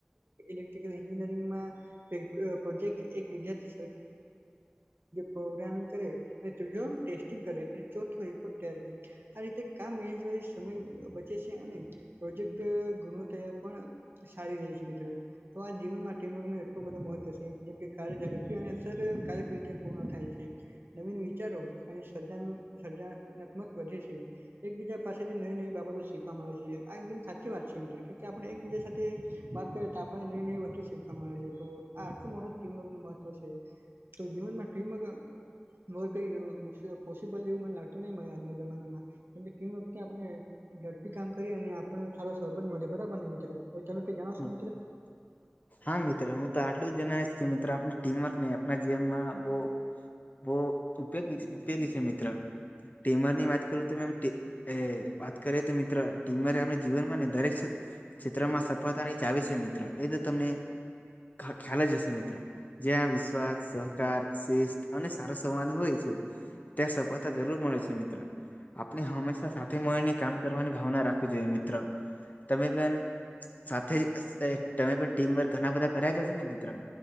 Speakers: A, on the right (about 55°); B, on the left (about 40°).
A: મિત્ર. એન્જિનયરિંગમાં પ્રોજેક્ટ એક વિદ્યાર્થી પ્રોગ્રામિંગ કરે અને ત્રીજો ટેસ્ટિંગ કરે. ચોથો રિપોર્ટ તૈયાર કરી આ રીતે કામ મે સમય બચે છે અને પ્રોજેક્ટ ગુણવત્ પણ સારી રહી છે મિત્રો. તો આ જીવનમાં ન એટલું બધો મહત્વ છે જેમ કે કાર્ય ઝડપ કારક રીતે પૂર્ણ થાય છે. નવીન વિચારો અને સજ સર્જનાત્મક વધે છે એકબીજા પાસેથી નવીન બાબતો શીખવાવામાંે છે આ એકદમ સાચી વાત છે મિત્રો કે આપણે એકબીજા સાથે. વાત કરીએ તો આપણને નવી નવી વસ્તુ શીખવાવામાંે છે તો આટલું મોટું ટિબક ન તો જીવનમાં ટમગર મર કઈ પોસિબલ જેવું મને લાગતું નહી મ આજના જમાનામાં કે કેમું કે આપણે ઝડપી કામ કરી અને આપણને સારો સબંધ મળે બરાબર ને મિત્રો હવે તમે કઈ જણોિત.
B: <inaudible> હા મિત્ર હું તો આટલું જણાવશ કે મિત્ર આપ ટીમર ને આપ જીવનમાં બહ બહ ઉપયોગ ઉપયોગી છે મિત્ર ટીમરની વાત કરું તો. એ વાત કરીએ તો મિત્ર ટીમરે આપણે જીવનમાં ને દરેક ક્ષેત્રમાં સફળતાની ચાવ છે મિત્ર એ તો તમને ખ્યાલ જ હશે મિત્ર. જ્યાં વિશ્વાસ સહકાર શ્રેષ્ઠ અને સારો સંવાદ હોય છે. ત્યાં સ કથ જરૂર મળે છે મિત્ર. આપણે હંમેશા સાથે મળીને કામ કરવાની ભાવના રાખવી જોઈએ મિત્ર. તમે પણ સાથે જ તમે પણ ટીમ વર્ક ઘણા બધા કર્યા જશે ને મિત્રો.